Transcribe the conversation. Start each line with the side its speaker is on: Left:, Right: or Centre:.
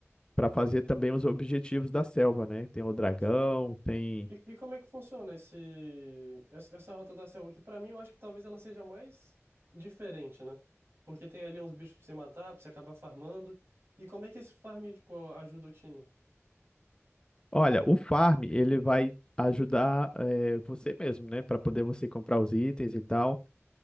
Left: Para fazer também os objetivos da selva, né? Tem o dragão,
Right: Sim.
Left: tem
Right: E, e como é que funciona esse, essa essa rota da selva? Que pra mim eu acho que talvez ela seja mais diferente, né? Porque tem ali uns bichos pra você matar, pra você acabar farmando. E como é que esse farm, tipo, ajuda o time?
Left: Olha, o farm, ele vai ajudar eh, você mesmo, né? Para poder você comprar os itens e tal.